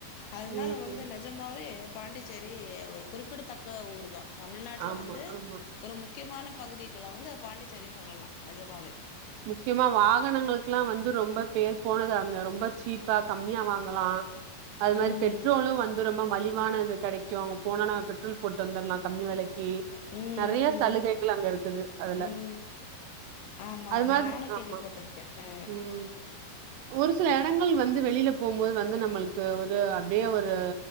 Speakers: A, on the left (about 75°); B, on the right (about 80°).
A: அதனால
B: ம்
A: வந்து நஜமாவே பாண்டிச்சேரி ஒரு குறிப் பிடத்தக்க ஊருதா தமிழ்நாட்டுல
B: ஆமா
A: வந்து
B: ஆமா
A: ஒரு முக்கியமான பகுதிகள்ல வந்து பாண்டிச்சேரிய சொல்லலா. நஜமாவே.
B: முக்கியமா வாகனங்களுக்குலா வந்து ரொம்ப பேர் போனது அங்க ரொம்ப சீப்பா கம்மியா வாங்கலா. அது மாரி
A: ம்
B: பெட்ரோலு வந்து ரொம்ப மலிவான இது கெடைக்கு அங்க போனா நாங்க பெட்ரோல் போட்டு வந்துடலா கம்மி வெலைக் கி
A: ம்
B: நறைய சலுகைகள்
A: ம்
B: அங்க இருக்குது அதுல
A: ம் ஆமா
B: அது
A: ஆமா
B: மாரி
A: நானு கேள்விப்பட்டிருக்கே
B: ஆமா
A: அ
B: ம் ஒரு சில எடங்கள் வந்து வெளியில போம்போது வந்து நம்மளுக்கு இது ஒரு அப்டியே ஒரு